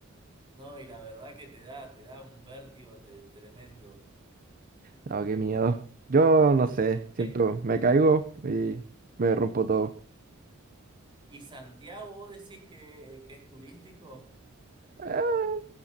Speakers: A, on the right (about 25°); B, on the right (about 45°).
A: No, y la verdad que te da, te da un vértigo te- tremendo.
B: no, qué miedo. Yo no sé, siento,
A: ¿Eh?
B: me caigo y me rompo todo.
A: ¿Y Santiago vos decís que, que es turístico?
B: Eh,